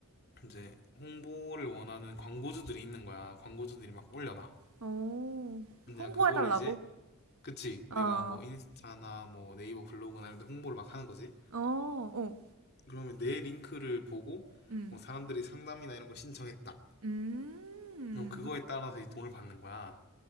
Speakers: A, on the left; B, on the right.
A: 이제 홍보를 원하는 광고주들이 있는 거야. 광고주들이 막 올려놔.
B: 어,
A: 내가
B: 홍보해달라고?
A: 그거를 이제 그치 내가
B: 어,
A: 뭐 인스타나 뭐 네이버 블로그나 이런 데 홍보를 막 하는 거지.
B: 어, 어,
A: 그러면 내 링크를 보고
B: 음,
A: 뭐 사람들이 상담이나 이런 거 신청했다.
B: 음,
A: 그럼 그거에 따라서 이 돈을 받는 거야.